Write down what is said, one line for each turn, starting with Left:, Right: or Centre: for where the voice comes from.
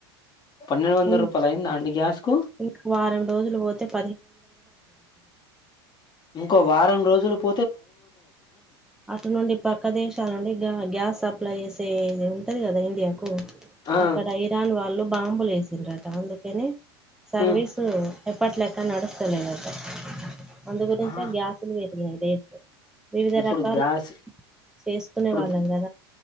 Left: పన్నెండు వందల
Centre: ఉన్
Left: రూపాయలు అయిందా అండి గ్యాస్ కు
Centre: ఇంకో వారం రోజులు పోతే పదిహేను వందలు గూడా అయి
Left: ఇంకో వారం రోజులు పోతే పదిహేను వందలయి
Centre: అటు నుండి పక్క దేశాల నుండి గ గ్యాస్ అప్లై చేసేది ఉంటుంది కదా ఇండియాకు
Left: ఆ
Centre: అక్కడ ఇరాన్ వాళ్ళు బాంబులేసిండ్రంట అందుకు కని సర్వీసు
Left: ఉమ్
Centre: ఎప్పట్లెక్క నడుస్తలేధట అందు గురించే
Left: ఆ
Centre: గ్యాసుల్ పెరిగినయ్ రేట్లు వివిధ
Left: ఇప్పుడు
Centre: రక వలా
Left: గ్యాస్
Centre: చేసుకునే
Left: ఇప్పుడు
Centre: వాళ్ళం కదా,